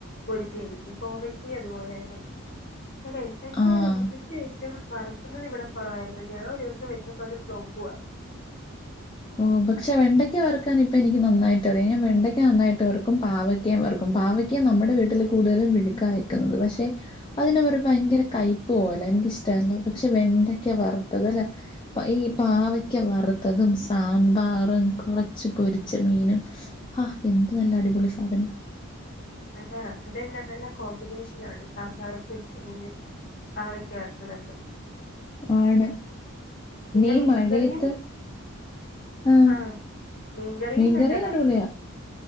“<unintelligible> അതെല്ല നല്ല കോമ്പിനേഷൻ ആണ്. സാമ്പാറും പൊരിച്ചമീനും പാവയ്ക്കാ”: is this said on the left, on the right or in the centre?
Left